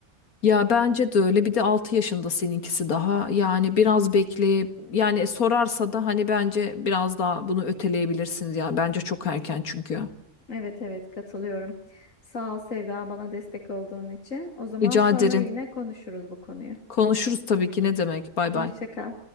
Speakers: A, on the left; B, on the left.
A: Ya bence de öyle. Bir de 6 yaşında seninkisi daha. Yani biraz bekle. Yani sorarsa da hani bence biraz daha bunu öteleyebilirsiniz. Yani bence çok erken çünkü.
B: Evet evet katılıyorum. Sağ ol Sevda bana destek olduğun için. O zaman
A: Rica
B: sonra
A: ederim.
B: yine konuşuruz bu konuyu.
A: Konuşuruz tabii ki. Ne demek? Bay
B: Hoşça
A: bay.
B: kal.